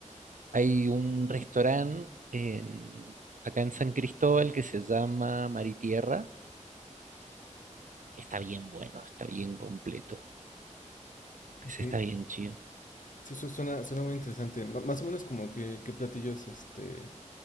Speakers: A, on the right; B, on the left.
A: hay un restaurante en- acá en San Cristóbal que se llama Maritierra, que está bien bueno, está bien completo, ese
B: Ok,
A: está bien chido.
B: sí, su- suena, suena muy interesante. Ma- más o menos como que, qué platillos este,